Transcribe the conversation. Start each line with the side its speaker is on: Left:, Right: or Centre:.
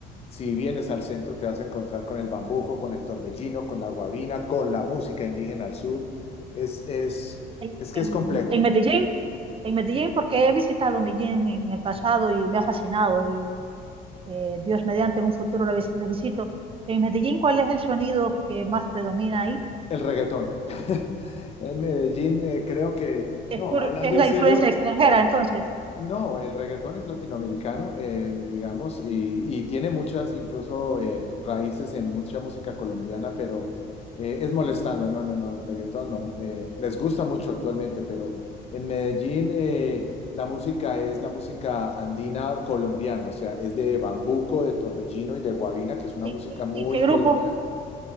Left: Si vienes al centro, te vas a encontrar con el bambuco, con el torbellino, con la guabina, con la música indígena al sur. Es, es,
Right: en,
Left: es que
Right: en,
Left: es complejo.
Right: en Medellín, en Medellín, porque he visitado Medellín en el pasado y me ha fascinado y eh, Dios mediante en un futuro lo, vis- lo visito. En Medellín, ¿cuál es el sonido que más predomina ahí?
Left: El reggaetón. <laughs> En Medellín, eh, creo que,
Right: Es
Left: no,
Right: por,
Left: hablando
Right: es
Left: en
Right: la
Left: serio,
Right: influencia extranjera, entonces.
Left: No, el reggaetón es latinoamericano, eh, digamos, y, y tiene muchas, incluso eh, raíces en mucha música colombiana, pero eh, es molestando, no, no, no, el reggaetón no. eh, les gusta mucho actualmente, pero en Medellín eh, la música es la música andina colombiana, o sea, es de Bambuco, de Torbellino y de Guavina, que es una
Right: ¿Y,
Left: música
Right: y-
Left: muy
Right: y qué grupo,
Left: colonial